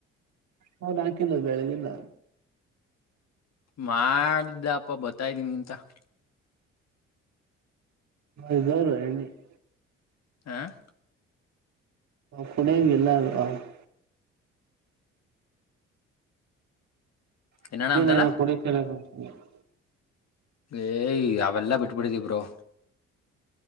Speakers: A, on the right; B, on the left.
A: ಹೌದು ನಾಕಂದ ಬೆಳ ಇಲ್ಲ
B: ಮಾಡಿದ್ದಪ್ಪ ಬತ್ತಾಯ್ದೀನಿ ಎಂತ <unintelligible>
A: ಅವರು ಎ್ಣ <unintelligible>
B: ಹಾ <unintelligible>
A: ಕುಡಿಯಂಗ ಎಲ್ಲ <unintelligible> ಹ
B: ಏನಣ ಅಂತಲ್ಲ
A: <unintelligible>
B: ಏಯ್ ಅವೆಲ್ಲಾ ಬಿಟ್ಬಿಡಿದಿಬ್ರೋ <unintelligible>